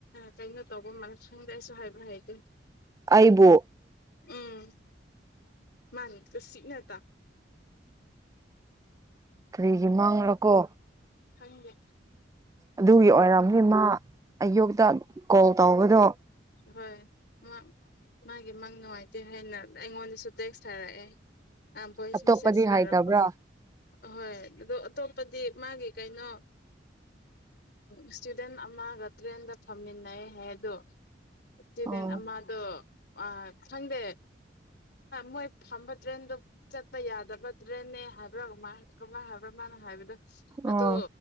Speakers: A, on the left (about 60°); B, on the right (about 20°).
A: ꯀꯩꯅꯣ ꯇꯧꯕ ꯃꯔꯛ ꯈꯪꯗꯦ ꯑꯩꯁꯨ ꯍꯥꯏꯕ ꯍꯥꯏꯗꯦ
B: ꯑꯩꯕꯨ
A: ꯎꯝ ꯃꯥꯅꯤ ꯀꯁꯤꯅꯦꯇꯥ
B: ꯀꯔꯤꯒꯤ ꯃꯪꯂ ꯀꯣ
A: ꯈꯪꯗꯦ
B: ꯑꯗꯨꯒꯤ ꯑꯣꯏꯔꯝꯅꯤ ꯃꯥ ꯑꯌꯨꯛꯇ ꯀꯣꯜ ꯇꯧꯕꯗꯣ
A: ꯍꯣꯏ ꯃꯥ ꯃꯥꯒꯤ ꯃꯪ ꯅꯨꯡꯉꯥꯏꯇꯦ ꯍꯥꯏꯅ ꯑꯩꯉꯣꯟꯗꯁꯨ ꯇꯦꯛꯁ ꯊꯥꯔꯛꯑꯦ ꯑ ꯚꯣꯏꯁ
B: ꯑꯇꯣꯞꯄꯗꯤ
A: ꯃꯤꯁꯦꯁ ꯊꯔꯛꯄ
B: ꯍꯥꯏꯇꯕ꯭ꯔꯥ
A: ꯑꯍꯣꯏ ꯑꯣ ꯑꯇꯣꯞꯄꯗꯤ ꯃꯥꯒꯤ ꯀꯩꯅꯣ ꯏꯁꯇꯨꯗꯦꯟ ꯑꯃꯒ ꯇ꯭ꯔꯦꯟꯒ ꯐꯝꯃꯤꯟꯅꯩ ꯍꯥꯏꯗꯣ ꯏꯁꯇꯨꯗꯦꯟ
B: ꯑꯣ
A: ꯑꯃꯗꯣ ꯑ ꯈꯪꯗꯦ ꯃꯣꯏ ꯐꯝꯕ ꯇ꯭ꯔꯦꯟꯗꯣ ꯆꯠꯄ ꯌꯥꯗꯕ ꯇꯔꯥꯟ ꯍꯥꯏꯕ꯭ꯔꯥ ꯍꯥꯏꯕ꯭ꯔ ꯃꯥꯅ ꯍꯥꯏꯕꯗ ꯑꯗꯣ
B: ꯑꯣ